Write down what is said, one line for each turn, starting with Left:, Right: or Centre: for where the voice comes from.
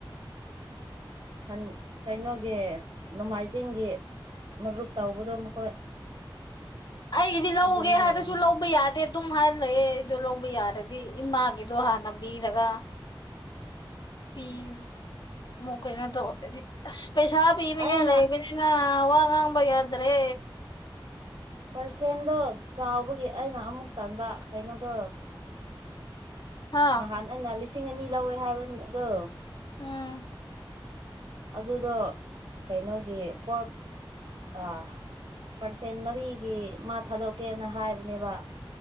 Right: ꯑꯟ ꯀꯩꯅꯣꯒꯤ ꯅꯣꯡꯃꯥꯏꯖꯤꯡꯒꯤ ꯃꯔꯨꯞ ꯇꯧꯕꯗꯣ ꯃꯈꯣꯏ
Left: ꯑꯩꯗꯤ ꯂꯧꯒꯦ
Right: ꯑꯗꯨꯗꯒꯤ
Left: ꯍꯥꯏꯕꯁꯨ
Right: ꯋꯥꯕ
Left: ꯂꯧꯕ ꯌꯥꯗꯦ ꯇꯨꯝ ꯍꯥꯏꯔ ꯂꯩꯌꯦ ꯑꯩꯁꯨ ꯂꯧꯕ ꯌꯥꯔꯗꯤ ꯗꯤ ꯏꯃꯥꯒꯤꯗꯣ ꯍꯥꯟꯅ ꯄꯤꯔꯒ ꯄꯤꯃꯨꯛ ꯀꯩꯅꯣ ꯑꯁ ꯄꯦꯁꯥ ꯄꯤꯅꯤꯉꯥꯢ
Right: ꯑꯩꯅ
Left: ꯂꯩꯇꯦꯗ ꯋꯥꯉꯥꯡꯕ ꯌꯥꯗ꯭ꯔꯦ
Right: ꯄꯔꯁꯦꯟꯗꯣ ꯆꯥꯎꯕꯒꯤ ꯑꯩꯅ ꯑꯃꯨꯛ ꯇꯟꯕ ꯀꯩꯅꯣꯗꯣ
Left: ꯍꯥ
Right: ꯉꯍꯥꯟ ꯑꯩꯅ ꯂꯤꯁꯤꯡ ꯑꯅꯤ ꯂꯧꯋꯦ ꯍꯥꯏꯕ ꯅꯨꯃꯤꯠꯇꯣ
Left: ꯎꯝ
Right: ꯑꯗꯨꯗꯣ ꯀꯩꯅꯣꯒꯤ ꯐꯣꯔ ꯑꯥ ꯄꯥꯔꯁꯦꯟ ꯃꯔꯤꯒꯤ ꯃꯥ ꯊꯥꯗꯣꯛꯀꯦꯅ ꯍꯥꯏꯕꯅꯦꯕ